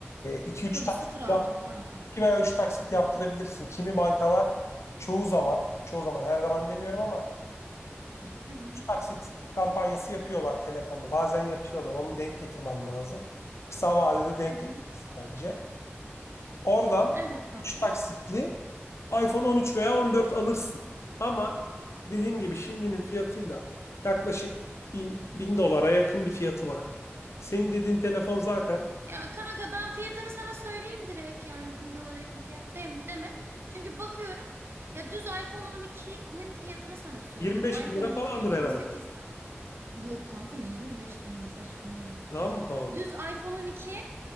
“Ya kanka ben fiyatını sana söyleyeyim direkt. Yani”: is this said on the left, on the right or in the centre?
Right